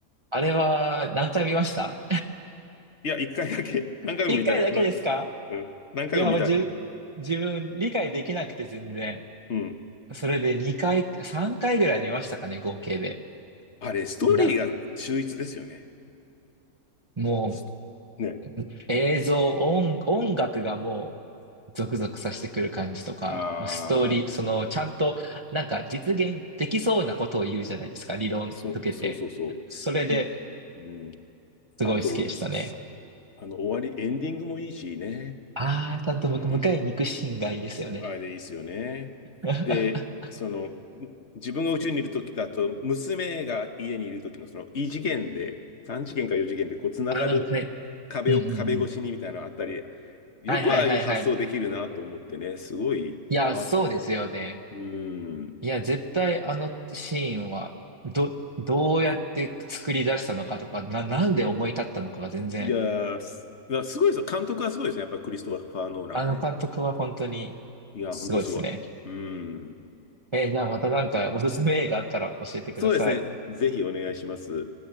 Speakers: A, on the right (about 25°); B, on the left (about 50°).
A: あれは何回見ました
B: いや、一回だけ。<laughs>
A: <laughs>
B: 何回も見たい。
A: 一回だけですか
B: まうん。何回も見たい。
A: いや、まあじゅ、自分理解できなくて全然。
B: うん。
A: それで2回、3回ぐらい見ましたかね、合計で。
B: あれ、ストーリーが秀逸ですよね。
A: な、も
B: ストね。
A: う、映像、音、音楽がもう、ゾクゾクさせてくる感じとか、
B: ああ
A: もうストーリー、その、ちゃんと、なんか実現できそうなことを言うじゃないですか、理論づけて。
B: ー、そう、そうそうそう。
A: それで
B: んうん。
A: すごい好きでしたね。
B: あと、すあの、終わり、エンディングもいいしね。
A: ああ、ちゃんと僕、
B: うん。
A: 迎えに行くシーンがいいですよね。
B: あれいいっすよね。
A: <laughs>
B: で、その、ん自分が宇宙にいるときと、あと、娘が家にいるときの、その、異次元で、3次元か4次元で、こう、つながる、
A: ああ、はい。
B: 壁を、
A: うんうんうん。
B: 壁越しにみたいなのあったり、よくああいう発想できるなと思ってね、
A: はいはいはいはい。
B: すごいなと。
A: いや、そうですよね。
B: うーん。
A: いや、絶対あのシーンは、ど、どうやって作り出したのかとか、な、なんで思い立ったのかが全然、
B: いやー、す、だからすごいですよ。監督はすごいですね。やっぱりクリストファー・ノーランはね。
A: あの監督は本当に
B: いやー、
A: すごいですね。
B: ほんとすごい。うーん。
A: えーじゃあまたなんかおすすめ映画あったら教えてください。
B: そうですね。ぜひお願いします。